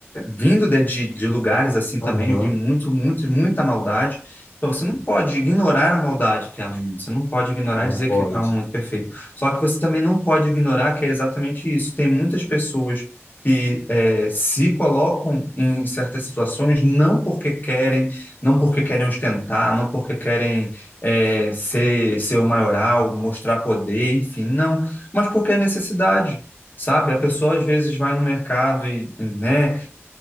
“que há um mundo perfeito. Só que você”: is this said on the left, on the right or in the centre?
Left